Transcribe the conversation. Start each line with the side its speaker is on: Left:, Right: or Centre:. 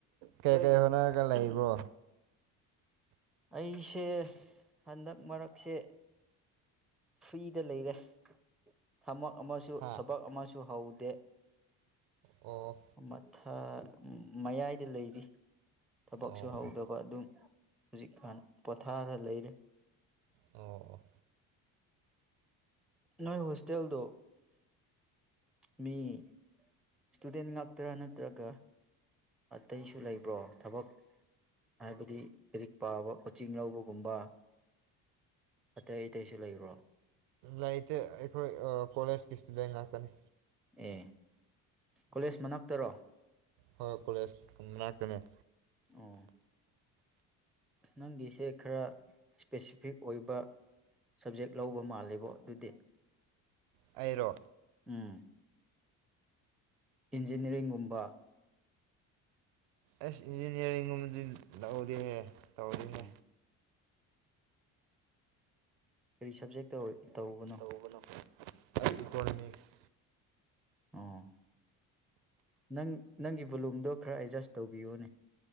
Right: ꯀꯩ ꯀꯩ ꯍꯣꯠꯅꯔꯒ ꯂꯩꯏꯕꯣ
Centre: ꯑꯩꯁꯦ ꯍꯟꯗꯛ ꯃꯔꯛꯁꯦ ꯐ꯭ꯔꯤꯗ ꯂꯩꯔꯦ ꯊꯃꯛ ꯑꯃꯁꯨ
Right: ꯍꯥ
Centre: ꯊꯕꯛ ꯑꯃꯁꯨ ꯍꯧꯗꯦ
Right: ꯑꯣ
Centre: ꯃꯊ ꯃꯌꯥꯏꯗ ꯂꯩꯔꯤ ꯊꯕꯛꯁꯨ
Right: ꯑꯣ ꯑꯣ
Centre: ꯍꯧꯗꯕ
Right: ꯑꯣ
Centre: ꯑꯗꯨꯝ ꯍꯧꯖꯤꯛꯀꯥꯟ ꯄꯣꯊꯥꯔ ꯂꯩꯔꯦ
Right: ꯑꯣ
Centre: ꯅꯣꯏ ꯍꯣꯁꯇꯦꯜꯗꯣ ꯃꯤ ꯏꯁꯇꯨꯗꯦꯟ ꯉꯥꯛꯇ꯭ꯔꯥ ꯅꯠꯇ꯭ꯔꯒ ꯑꯇꯩꯁꯨ ꯂꯩꯕ꯭ꯔꯣ ꯊꯕꯛ ꯍꯥꯏꯕꯗꯤ ꯂꯥꯏꯔꯤꯛ ꯄꯥꯕ ꯀꯣꯆꯤꯡ ꯂꯧꯕꯒꯨꯝꯕ ꯑꯇꯩ ꯑꯇꯩꯁꯨ ꯂꯩꯕ꯭ꯔꯣ
Right: ꯂꯩꯇꯦ ꯑꯩꯈꯣꯏ ꯀꯣꯂꯦꯖꯀꯤ ꯏꯁꯇꯨꯗꯦꯟ ꯉꯥꯛꯇꯅꯤ
Centre: ꯑꯦ ꯀꯣꯂꯦꯖ ꯃꯅꯥꯛꯇꯔꯣ
Right: ꯍꯣꯏ ꯀꯣꯂꯦꯖ ꯃꯅꯥꯛꯇꯅꯦ
Centre: ꯑꯣ ꯅꯪꯒꯤꯁꯦ ꯈꯔ ꯁ꯭ꯄꯦꯁꯤꯐꯤꯛ ꯑꯣꯏꯕ ꯁꯕꯖꯦꯛ ꯂꯧꯕ ꯃꯥꯜꯂꯦꯕꯣ ꯑꯗꯨꯗꯤ꯫
Right: ꯑꯩꯔꯣ
Centre: ꯎꯝ ꯏꯟꯖꯤꯅꯤꯌꯥꯔꯤꯡꯒꯨꯝꯕ
Right: ꯑꯁ ꯏꯟꯖꯤꯅꯤꯌꯥꯔꯤꯡꯒꯨꯝꯕꯗꯤ ꯂꯧꯗꯦꯍꯦ ꯇꯧꯗꯤꯍꯦ꯫
Centre: ꯎꯝ ꯀꯔꯤ ꯁꯕꯖꯦꯛꯇ ꯇꯧꯔꯤ ꯇꯧꯕꯅꯣ?
Right: ꯇꯧꯕꯅ ꯑꯩ ꯏꯀꯣꯅꯣꯃꯤꯛꯁ
Centre: ꯑꯣ ꯅꯪ ꯅꯪꯒꯤ ꯕꯣꯂꯨꯝꯗꯣ ꯈꯔ ꯑꯦꯗꯖꯁ ꯇꯧꯕꯤꯌꯣꯅꯦ